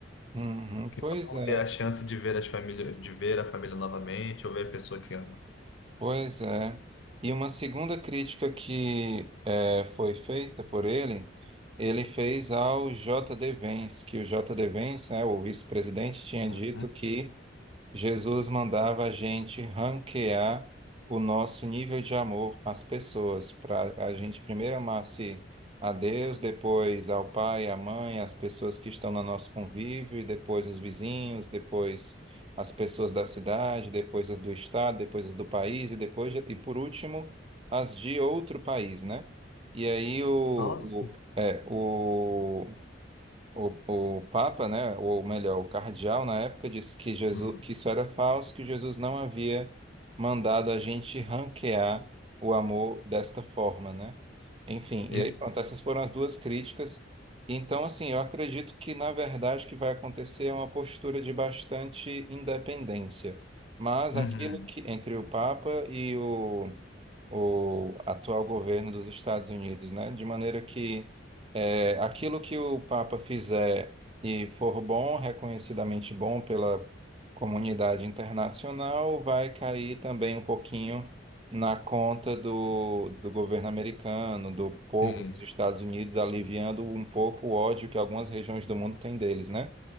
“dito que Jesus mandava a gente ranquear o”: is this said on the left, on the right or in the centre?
Right